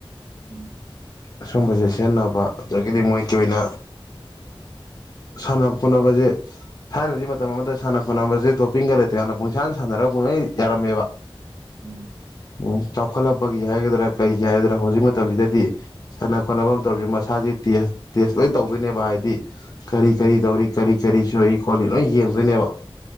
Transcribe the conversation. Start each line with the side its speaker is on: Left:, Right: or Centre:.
Right: ꯎꯝ
Left: ꯑꯁꯨꯝꯕꯁꯦ ꯁꯤꯖꯤꯟꯅꯕ ꯑꯗꯒꯤꯗꯤ ꯃꯣꯏꯒꯤ ꯑꯣꯏꯅ ꯁꯥꯟꯅ ꯈꯣꯠꯅꯕꯁꯦ ꯊꯥꯏꯅꯗꯤ ꯃꯇꯝ ꯑꯃꯗ ꯁꯥꯟꯅ ꯈꯣꯠꯅꯕꯁꯦ ꯇꯣꯞꯄꯤꯡꯒ ꯂꯩꯇ꯭ꯔꯀꯥꯟꯗ ꯄꯨꯡꯁꯥꯅ ꯁꯥꯟꯅꯔꯒ ꯩ ꯖꯔꯝꯃꯤꯕ
Right: ꯎꯝ
Left: ꯎꯝ ꯆꯥꯎꯈꯠꯂꯛꯄꯒꯤ ꯍꯥꯏꯒꯗ꯭ꯔꯥ ꯀꯔꯤꯒꯤ ꯍꯥꯏꯒꯗ꯭ꯔꯥ ꯍꯧꯖꯤꯛ ꯃꯇꯝꯁꯤꯗꯗꯤ ꯁꯥꯟꯅ ꯈꯣꯠꯅꯕ ꯑꯃ ꯇꯧꯔꯤꯁꯤ ꯃꯁꯥꯁ ꯇꯦꯁ ꯂꯣꯏ ꯇꯧꯗꯣꯏꯅꯦꯕ ꯍꯥꯏꯗꯤ ꯀꯔꯤ ꯀꯔꯤ
Right: ꯎꯝ
Left: ꯇꯧꯔꯤ ꯀꯔꯤ ꯀꯔꯤꯁꯨ ꯑꯩ ꯈꯣꯂꯤ ꯂꯣꯏ ꯌꯦꯡꯗꯣꯏꯅꯦꯕ